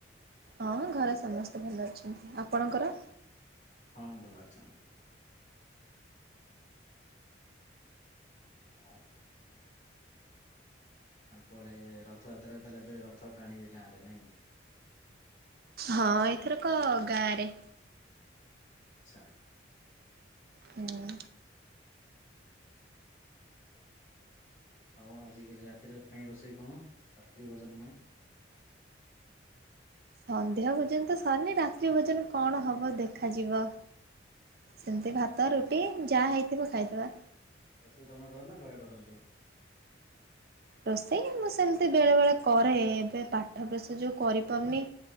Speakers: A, on the right; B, on the left.
A: ହଁ ଘରେ ସମସ୍ତେ ଭଲ ଅଛନ୍ତି। ଆପଣଙ୍କର
B: ହଁ ଭଲ ଅଛନ୍ତି। ଓ ଆଉ କୁଆଡେ ରଥଯାତ୍ରାରେ ତାହେଲେ ଏବେ ରଥ ଟାଣିବେ ଗାଁରେ ନାଇଁ?
A: ହଁ ଏଥର କ ଗାଁ ରେ।
B: ଆଚ୍ଛା।
A: ହୁଁ।
B: ଆଉ ଆଜିି ରାତି ପାଇଁ ରୋଷେଇ କଣ ରାତ୍ରି ଭୋଜନ ପାଇଁ?
A: ସନ୍ଧ୍ୟା ଭୋଜନ ତ ସରିନି। ରାତ୍ରି ଭୋଜନ କଣ ହବ ଦେଖାଯିବ। ସେମତି ଭାତ
B: ଆଚ୍ଛା
A: ରୁଟି ଯାହା ହେଇଥିବ ଖାଇଦବା।
B: ରୋଷେଇ ତମେ କର ନା ଘରେ କରନ୍ତି।
A: ରୋଷେଇ ମୁଁ ସେମିତି ବେଳେ ବେଳେ କରେ, ଏବେ ପାଠ ପ୍ରେସର୍ ଯୋଗୁ କରିପାରୁନି।